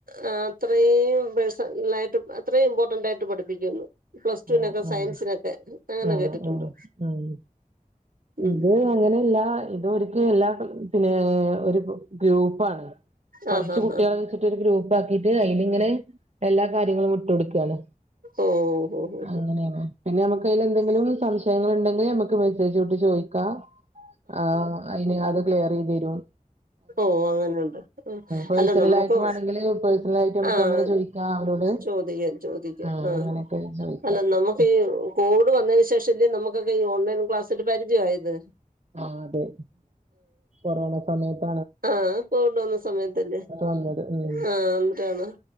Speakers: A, on the right; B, on the right.
A: ആ അത്രയും പേഴ്സ ആയിട്ട് അത്രയും ഇമ്പോർട്ടൻറ് ആയിട്ട് പഠിപ്പിക്കുന്നു പ്ലസ് ടുവിനൊക്കെ
B: ആഹ് ആഹ്
A: സയൻസിനൊക്കെ അങ്ങനെ
B: ആഹ്
A: കേട്ടിട്ടുണ്ട്
B: ആഹ്
A: ഉം
B: ഇത് അങ്ങനെയല്ല ഇത് ഒരു എല്ലാ പിന്നെ ഒരു ഗ്രൂപ്പാണ് കുറച്ച്
A: ആഹ് ആഹ്
B: കുട്ടികള
A: ആഹ്
B: വെച്ചിട്ട് ഒരു ഗ്രൂപ്പ് ഗ്രൂപ്പ് ആക്കിട്ട് അതിനി ഇങ്ങനെ എല്ലാ കാര്യങ്ങളും ഇട്ട് കൊടുക്കുകയാണ്
A: ഓ ഓ ഓ
B: അങ്ങനെയാണ് പിന്നെ നമക്ക് അതിൽ എന്തെങ്കിലും സംശയങ്ങൾഉണ്ടെങ്കിൽ നമുക്ക് ഇക്ക് മെസ്സേജ് എഴുത്തി വിട്ട്ചോദിക്കാ ആഹ് അയിന്അത് ക്ലിയർ ചിതെരും
A: ഓ അങ്ങനെുണ്ട്
B: പേഴ്സണൽ
A: അല്ല നമുക്ക്
B: ആയിട്ട് വേണമെങ്കില് പേഴ്സണൽ ആയിട്ട് നമുക്ക്
A: ആഹ
B: അങ്ങനെ ചോദിക്കാം അവരോട്
A: ചോദിക്കാം ചോദിക്കാം
B: ആഹ്
A: ആ
B: അങ്ങനെയൊക്കെ ചോദിക്കാം
A: അല്ല നമുക്ക് കോട് വന്ന ശേഷം ശേഷംല് നമുക്ക ഓൺലൈ ക്ലാസ്സി് പരിചയ ആമായത്
B: ആ അതെ കൊറോണ സമയത്ത
A: ആഹ് പോണ്ട വന്ന സമയത്തല്ലേ
B: വന്നത് ഉം
A: ആഹ എന്നിട്ടാണ്